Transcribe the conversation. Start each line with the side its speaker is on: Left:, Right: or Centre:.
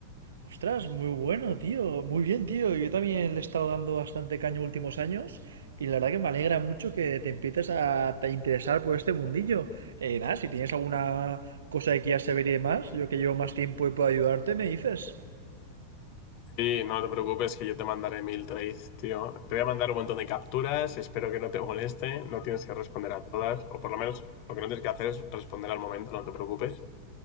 Right: Ostras, muy bueno, tío. Muy bien, tío. Yo también le he estado dando bastante caño últimos años y la verdad que me alegra mucho que te empieces a te interesar por este mundillo. Eh, nada, si tienes alguna cosa que quieras saber y demás, yo que llevo más tiempo y puedo ayudarte, me dices.
Left: Sí, no te preocupes que yo te mandaré mil trades, tío. Te voy a mandar un montón de capturas, espero que no te moleste. No tienes que responder a todas, o por lo menos lo que no tienes que hacer es responder al momento, no te preocupes.